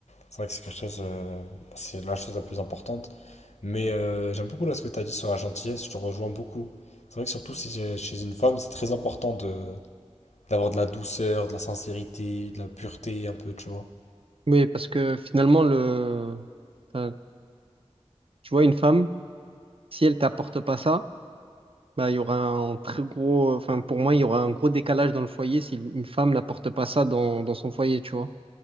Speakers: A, on the left; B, on the right.
A: C'est vrai que c'est quelque chose, euh, c'est la chose la plus importante. Mais euh, j'aime beaucoup là ce que tu as dit sur la gentillesse, je te rejoins beaucoup. C'est vrai que surtout si j'ai- chez une femme, c'est très important de d'avoir de la douceur, de la sincérité, de la pureté un peu, tu vois.
B: Oui, parce que finalement, le, enfin, tu vois, une femme, si elle t'apporte pas ça, bah, il y aura un très gros, enfin, pour moi, il y aura un gros décalage dans le foyer si une femme n'apporte pas ça dans, dans son foyer, tu vois.